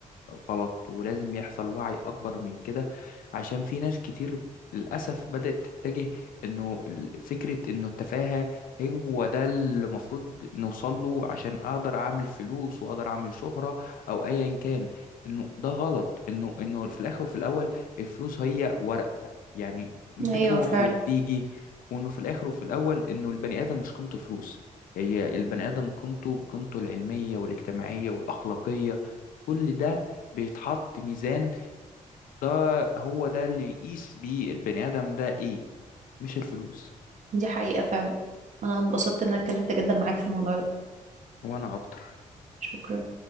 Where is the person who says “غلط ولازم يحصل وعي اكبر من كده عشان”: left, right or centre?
Left